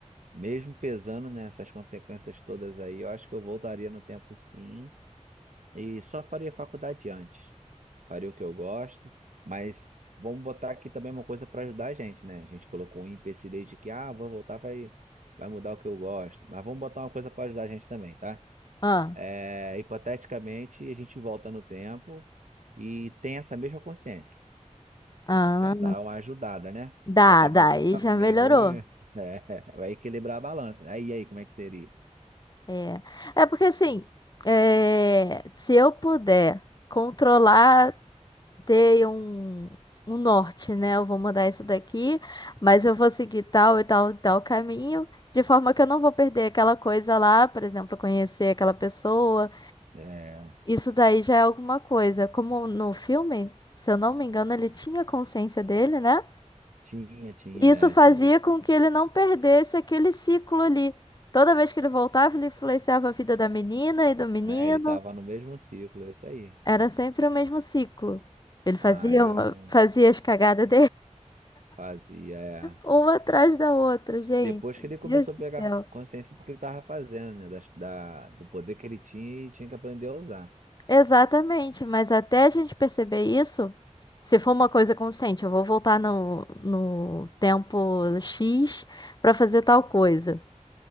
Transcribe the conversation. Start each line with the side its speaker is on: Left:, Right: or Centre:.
Right: mesmo pesando nessas consequências todas aí, eu acho que eu voltaria no tempo sim. E só faria faculdade antes. Faria o que eu gosto, mas vamos botar aqui também uma coisa para ajudar a gente, né? A gente colocou um empecilho aí de que, ah, vou voltar, vai, vai mudar o que eu gosto. Mas vamos botar uma coisa para ajudar a gente também, tá?
Left: Ah,
Right: É, hipoteticamente, a gente volta no tempo e tem essa mesma consciência.
Left: ah,
Right: Já dá uma ajudada, né?
Left: dá,
Right: Já tava,
Left: dá,
Right: me-
Left: aí
Right: tava
Left: já
Right: meio
Left: melhorou.
Right: ruim, <laughs> é, vai equilibrar a balança. Aí, aí, como é que seria?
Left: É, é porque assim, é, se eu puder controlar. ter um, um norte, né? Eu vou mudar isso daqui, mas eu vou seguir tal e tal e tal caminho, de forma que eu não vou perder aquela coisa lá, por exemplo, conhecer aquela pessoa.
Right: É,
Left: Isso daí já é alguma coisa. Como no filme, se eu não me engano, ele tinha consciência dele, né?
Right: tinha, tinha,
Left: Isso
Right: é
Left: fazia
Right: isso aí.
Left: com que ele não perdesse aquele ciclo ali. Toda vez que ele voltava, ele influenciava a vida da menina e do menino.
Right: É, ele tava no mesmo ciclo, é isso aí.
Left: Era sempre o mesmo ciclo. Ele fazia,
Right: Ah, eu
Left: uma- fazia as cagadas
Right: fazia. é.
Left: Uma atrás da outra, gente.
Right: Depois que ele começou
Left: Deus do
Right: a pegar
Left: céu.
Right: consciência do que ele estava fazendo, né? das- Da, do poder que ele tinha e tinha que aprender a usar.
Left: Exatamente, mas até a gente perceber isso, se for uma coisa consciente, eu vou voltar no, no tempo X para fazer tal coisa.